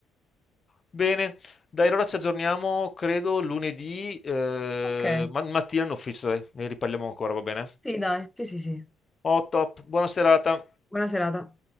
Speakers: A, on the left; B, in the centre.
A: Bene, dai, allora ci aggiorniamo, credo, lunedì, eh,
B: Ok,
A: ma- mattina in ufficio, dai, ne riparliamo ancora, va bene?
B: sì, dai, sì, sì, sì.
A: Oh, top, buona serata.
B: Buona serata.